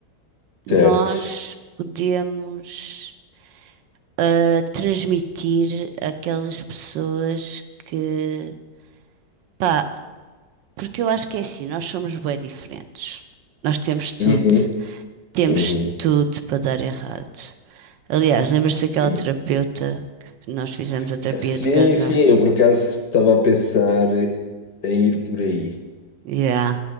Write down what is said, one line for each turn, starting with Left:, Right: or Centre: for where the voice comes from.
Left: certo.
Right: nós podemos ah, transmitir àquelas pessoas que, pá, porque eu acho que é assim, nós somos bem diferentes. Nós temos tudo,
Left: Uhum,
Right: temos
Left: uhum.
Right: tudo para dar errado. Aliás, lembra-se daquela
Left: Hum.
Right: terapeuta que nós fizemos a terapia
Left: Sim,
Right: de casal?
Left: sim, eu por acaso estava a pensar em ir por aí.
Right: Yeah.